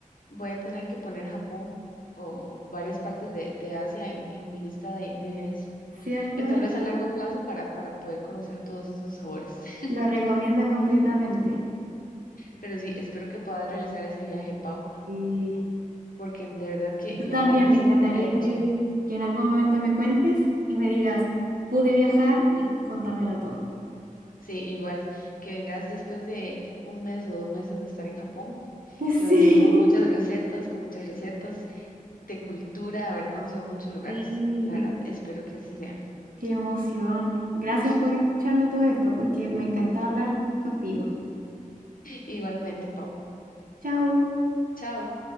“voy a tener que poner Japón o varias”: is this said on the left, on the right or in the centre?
Left